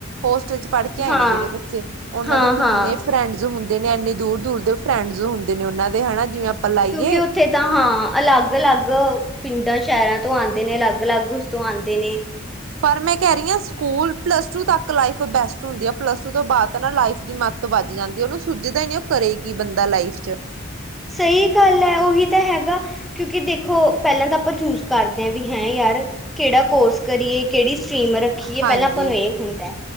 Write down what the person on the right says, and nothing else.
ਹੋਸਟਲ ਚ ਪੜ੍ਹ ਕੇ ਆਏ
ਨੇ ਜਿਹੜੇ ਬੱਚੇ, ਉਹਨਾਂ
ਦੇ ਕਿੰਨੇ
ਫਰੈਂਡਸ ਹੁੰਦੇ ਨੇ, ਐਨੇ ਦੂਰ- ਦੂਰ ਦੇ ਫਰੈਂਡਸ ਹੁੰਦੇ ਨੇ ਉਹਨਾਂ ਦੇ ਹਨਾ, ਜਿਵੇਂ ਆਪਾਂ ਲਾਈਏ
ਪਰ ਮੈਂ ਕਹਿ ਰਹੀ ਹਾਂ, ਸਕੂਲ ਪਲੱਸ ਟੂ ਤੱਕ ਲਾਈਫ ਬੈਸਟ ਹੁੰਦੀ ਐ, ਪਲੱਸ ਟੂ ਤੋਂ ਬਾਅਦ ਤਾਂ ਨਾ ਲਾਈਫ ਦੀ ਮ ਤੋਂ ਵੱਜ ਜਾਂਦੀ ਐ, ਉਹਨੂੰ ਸੁੱਜਦਾ ਹੀ ਨੀ ਉਹ ਕਰੇ ਕੀ ਬੰਦਾ ਲਾਈਫ ਚ।
ਹਾਂਜੀ